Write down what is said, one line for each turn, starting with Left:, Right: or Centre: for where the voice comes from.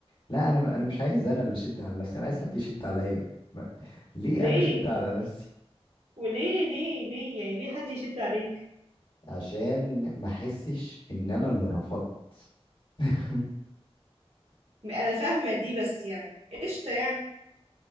Left: لا انا انا مش عايز انا اللي اشد على نفسي انا عايز حد يشد عليا ما... ليه
Right: ليه
Left: انا اشد على نفسي
Right: وليه ليه ليه يعني ليه حد يشد عليك
Left: عشان ما احسش ان انا اللي رفضت <laughs>
Right: انا فاهمه دي بس يعني قشطه يعني